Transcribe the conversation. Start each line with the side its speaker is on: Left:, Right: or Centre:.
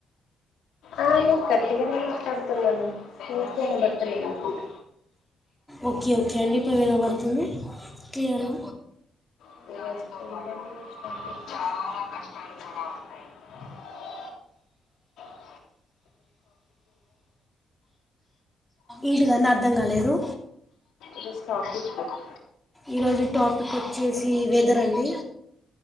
Left: ఆ నేను గట్టిగానే మాట్లడుతున్నను నీకె ఇనబడ్తాలేదు అనుకుంట
Centre: ఓకే ఓకే అండి ఇప్పుడు వినబడుతుంది క్లియర్గ
Left: <unintelligible> <unintelligible> <unintelligible>
Centre: ఏంటిదండి అర్థం కాలేదు
Left: ఈరోజు టాపిక్కే
Centre: ఈరోజు టాపిక్ వచ్చేసి వెదర్ అండి